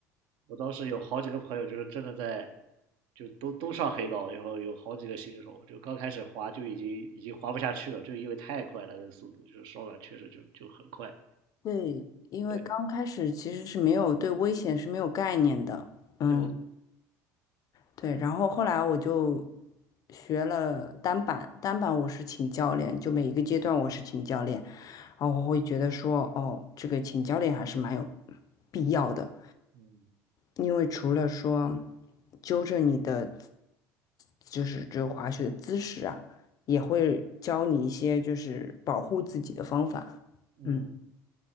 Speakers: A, on the right; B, on the left.
A: 我当时有好几个朋友，就是真的在，就都都上黑道，然后有好几个新手，就刚开始滑就已经已经滑不下去了，就因为太快了，那个速度就是手感确实就就很快。
B: 对，因为刚开始其实是没有对危险是没有概念的，
A: 对
B: 嗯，
A: 对对，
B: 对，然后后来我就学了单板，单板我是请教练，就每一个阶段我是请教练，然后我会觉得说，哦，这个请教练还是蛮有必要的。
A: 嗯
B: 因为除了说纠正你的，就是这个滑雪的姿势啊，也会教你一些就是保护自己的方法。
A: 嗯，
B: 嗯，